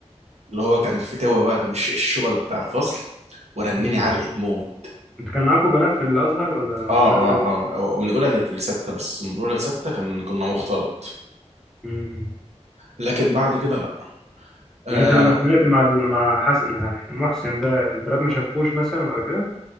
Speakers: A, on the right; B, in the centre.
A: اللي هو كان الفتاوه بقى كان الش- الشغل بتاع الفصل ورنني
B: مم.
A: علقه موت
B: انت كان معاكم بنات في الأزهر ولا
A: اه
B: ولاد
A: اه اه من اولى لسته بس من اولى لسته كان كنا مختلط
B: مم.
A: لكن بعد كده لا آه
B: يعني انت لما اتخانقت مع ال- مع حسن محسن ده البنات ما شافكوش مثلا ولا كده؟